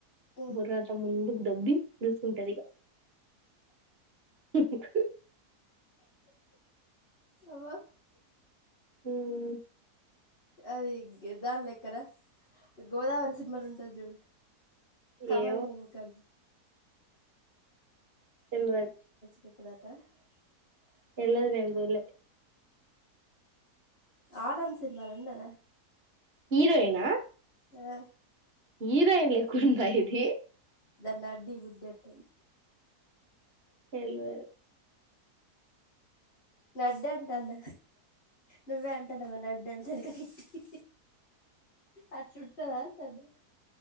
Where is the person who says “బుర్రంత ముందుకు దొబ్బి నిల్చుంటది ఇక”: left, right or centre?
Right